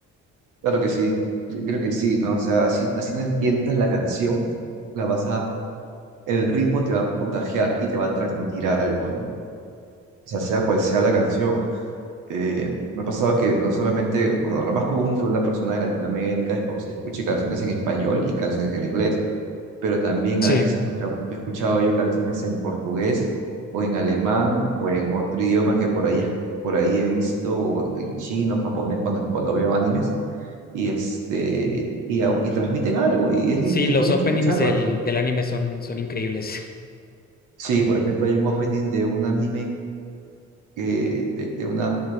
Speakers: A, on the right (about 90°); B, on the left (about 30°).
A: Claro que sí, yo creo que sí, ¿no? O sea, así, así no entiendas la canción, la vas a, el ritmo te va a contagiar y te va a transmitir algo, ¿no? O sea, sea cual sea la canción. Eh, me ha pasado que no solamente, bueno, lo más común que una persona de Latinoamérica es, pues, escuche canciones en español y canciones en inglés, pero también
B: Sí,
A: a veces escucha, he escuchado yo canciones en portugués o en alemán o en otro idioma que por ahí, por ahí he visto, o en chino, japonés, cuando, cuando veo animes y, este, y, aún- y transmiten algo y es,
B: sí,
A: y
B: los
A: es bonito
B: openings
A: escucharlas.
B: del, del anime son, son increíbles. <laughs>
A: Sí, por ejemplo, hay un opening de un anime que, de, de una,